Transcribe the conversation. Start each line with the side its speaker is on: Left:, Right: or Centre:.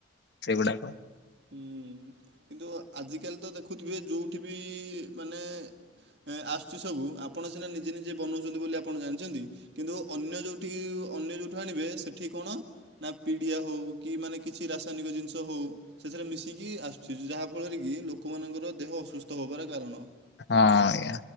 Left: ସେଗୁଡାକ।
Right: ହୁଁ କିନ୍ତୁ ଆଜିକାଲି ତ ଦେଖୁଥିବେ ଯଉଠି ବି ମାନେ ଏଁ ଆସୁଛି ସବୁ ଆପଣ ସିନା ନିଜେ ନିଜେ ବନଉଛନ୍ତି ବୋଲି ଆପଣ ଜାଣିଛନ୍ତି। କିନ୍ତୁ ଅନ୍ୟ ଯୋଉଠିକି ଅନ୍ୟ ଯୋଉଠୁ ଆଣିବେ ସେଠି କଣ ନା ପିଡ଼ିଆ ହଉ କି ମାନେ କିଛି ରାସାୟନିକ ଜିନିଷ ହଉ ସେଥରେ ମିଶିକି ଆସୁଛି ଯାହା ଫଳରେ କି ଲୋକମାନଙ୍କର ଦେହ ଅସୁସ୍ଥ ହବାର କାରଣ।
Left: ହଁ ଆଜ୍ଞା